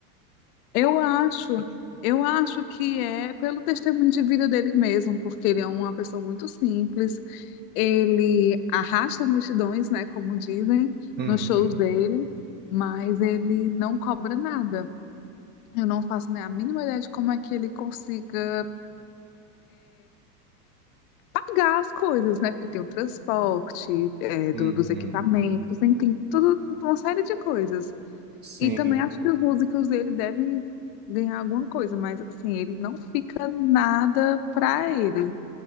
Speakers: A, on the left; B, on the right.
A: Eu acho, eu acho que é pelo testemunho de vida dele mesmo, porque ele é uma pessoa muito simples, ele arrasta multidões, né, como dizem,
B: uhum,
A: nos shows dele, mas ele não cobra nada. Eu não faço nem a mínima ideia de como é que ele consiga pagar as coisas, né, porque tem o transporte, é, do-
B: uhum,
A: dos equipamentos, enfim, tudo, uma série de coisas.
B: sim,
A: E também acho que os músicos dele devem ganhar alguma coisa, mas assim, ele não fica nada pra ele.